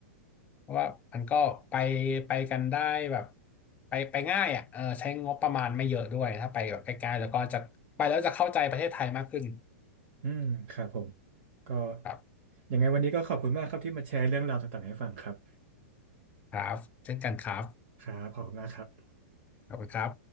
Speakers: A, on the left; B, on the right.
A: เพราะว่ามันก็ไปไปกันได้แบบไปไปง่ายอ่ะเออใช้งบประมาณไม่เยอะด้วยถ้าไปแบบใกล้ๆแล้วก็จะไปแล้วจะเข้าใจประเทศไทยมากขึ้น
B: อืมครับผมก็
A: ครับ
B: ยังไงวันนี้ก็ขอบคุณมากครับที่มาแชร์เรื่องราวต่างๆให้ฟังครับ
A: ครับเช่นกันครับ
B: ครับขอบคุณมากครับ
A: ขอบคุณครับ